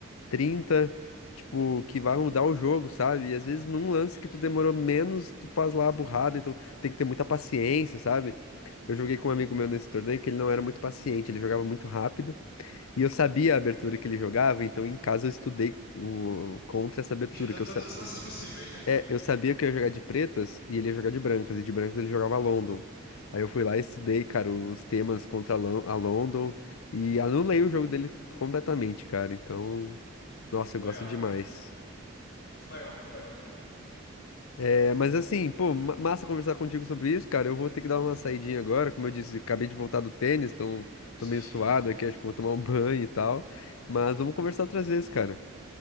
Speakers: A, on the left; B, on the left.
A: trinta tipo, que vai mudar o jogo, sabe? E às vezes num lance
B: Sim.
A: que tu demorou menos, tu faz lá a burrada, então tem que ter muita paciência, sabe? Eu joguei com um amigo meu nesse torneio que ele não era muito paciente, ele jogava muito rápido. E eu sabia a
B: Hum.
A: abertura que ele jogava, então em casa eu estudei o, contra essa abertura,
B: Te dou
A: que
B: todos
A: eu
B: os lances possíveis, né?
A: é, eu sabia que eu ia jogar de pretas e ele ia jogar de brancas, e de brancas ele jogava London. Aí eu fui lá e estudei, cara, os temas contra a Lon- a London e anulei o jogo dele completamente, cara. Então, nossa, eu
B: Legal.
A: gosto demais.
B: Muito legal, muito legal, cara.
A: É, mas assim, pô, ma- massa conversar contigo sobre isso, cara. Eu vou ter que dar uma saidinha agora, como eu disse, acabei de voltar do tênis, então
B: Sim,
A: tô meio suado
B: entendo.
A: aqui, acho que vou tomar um <laughs> banho e tal. Mas vamos conversar outras vezes, cara.